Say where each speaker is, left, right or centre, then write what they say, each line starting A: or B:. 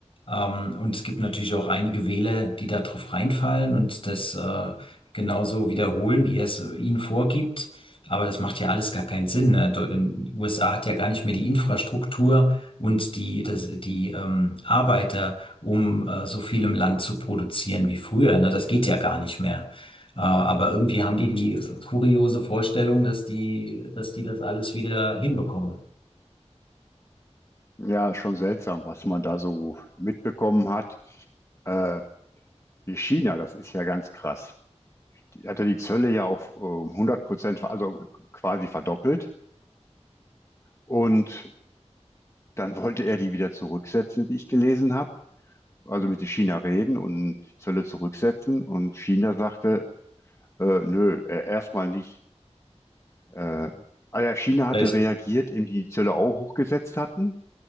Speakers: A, on the left; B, on the left.
A: Ähm, und es gibt natürlich auch einige Wähler, die da drauf reinfallen und das äh, genauso wiederholen, wie er es äh, ihnen vorgibt. Aber das macht ja alles gar keinen Sinn. Ne? Deu- in- USA hat ja gar nicht mehr die Infrastruktur und die, das, die ähm, Arbeiter um äh, so viel im Land zu produzieren wie früher. Ne? Das geht ja gar nicht mehr. Äh, aber irgendwie haben die die kuriose Vorstellung, dass die, dass die das alles wieder hinbekommen.
B: Ja, schon seltsam, was man da so mitbekommen hat. Äh, wie China, das ist ja ganz krass. Die hat ja die Zölle ja auf äh, 100 Prozent, ver- also quasi verdoppelt. Und Dann wollte er die wieder zurücksetzen, wie ich gelesen habe. Also mit China reden und die Zölle zurücksetzen. Und China sagte, äh, nö, äh, erstmal nicht. Äh, also China
A: Vielleicht.
B: hatte reagiert, indem die die Zölle auch hochgesetzt hatten